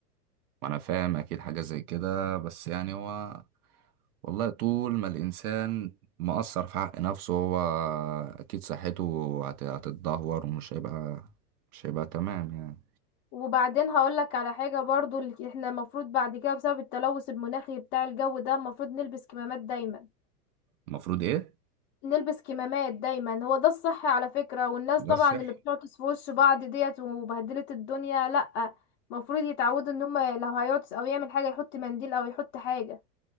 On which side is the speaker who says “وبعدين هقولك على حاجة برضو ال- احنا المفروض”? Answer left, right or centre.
Left